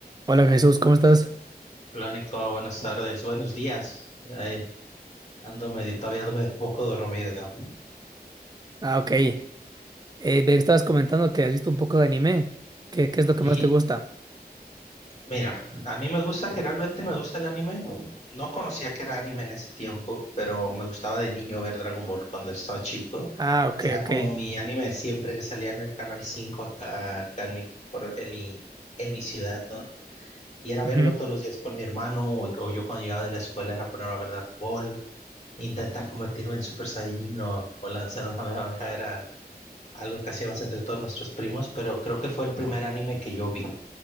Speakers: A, on the right; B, on the left.
A: Hola Jesús, ¿cómo estás?
B: Hola Nico, buenas tardes, buenos días. Ay, ando medio, todavía ando medio poco dormido.
A: Ah, ok. Eh, me estabas comentando que has visto un poco de anime. ¿Qué, qué es lo que
B: Y
A: más te gusta?
B: mira, a mí me gusta, generalmente me gusta el anime. No conocía que era anime en ese tiempo, pero me gustaba de niño ver Dragon Ball cuando estaba chico.
A: Ah, ok,
B: Era
A: ok.
B: como mi anime de siempre que salía en el Canal 5 acá, acá en mi, por- en mi, en mi ciudad, ¿no? Y era verlo
A: Ujú,
B: todos los días con mi hermano o, o yo cuando llegaba de la escuela era ponerme a ver Dragon Ball, intentar convertirme en Super Saiyajin o, o lanzar una Kamehameha era algo que hacíamos entre todos nuestros primos, pero creo que fue el primer anime que yo vi.